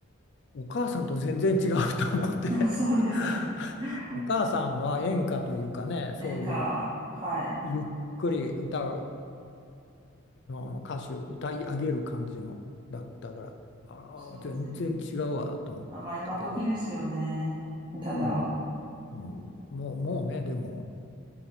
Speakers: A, on the left; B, on the right.
A: お母さんと全然違うと思って。
B: あそうですね。
A: <laughs>
B: <laughs>
A: お母さんは演歌というかね、そういう
B: 演歌、はい。
A: ゆっくり歌うのの歌手、歌い上げる感じのだったから、ああ、
B: そうですね。
A: 全然違うわと思ったけど、
B: あ、まあ、今時ですよね。歌だわ。
A: うん。うん、もう、もうね、でも。